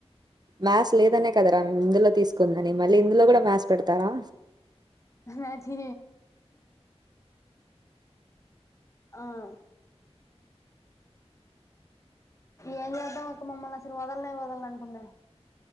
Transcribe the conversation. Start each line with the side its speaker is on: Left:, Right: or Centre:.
Right: మ్యాథ్స్ లేదనే కదరా మేము ఇందులో తీసుకుందని మళ్ళీ ఇందులో కూడా మ్యాథ్స్ పెడతారా
Left: ఆ మాటీ ఆ ఏం చేద్దాం అక్క మమ్మల్ని అసలు వదలనే వదలనంటాందే